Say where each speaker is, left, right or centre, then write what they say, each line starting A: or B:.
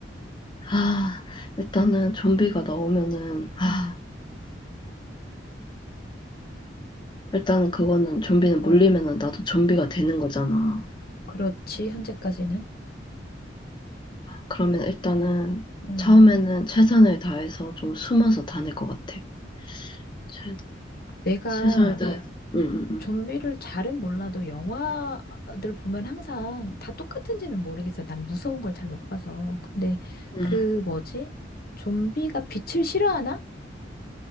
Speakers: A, on the left; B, on the left.
A: 아, 일단은 좀비가 나오면은, 아,
B: 음,
A: 일단은 그거는 좀비는
B: 어,
A: 물리면은 나도 좀비가 되는 거잖아.
B: 그렇지, 현재까지는.
A: 그러면 일단은
B: 음.
A: 처음에는 최선을 다해서 좀 숨어서 다닐 것 같아. 최,
B: 내가
A: 최선을 다해서. 응, 응, 응.
B: 좀비를 잘은 몰라도 영화들 보면 항상 다 똑같은지는 모르겠어요. 난 무서운 걸 잘 못 봐서. 근데
A: 응.
B: 그 뭐지? 좀비가 빛을 싫어하나?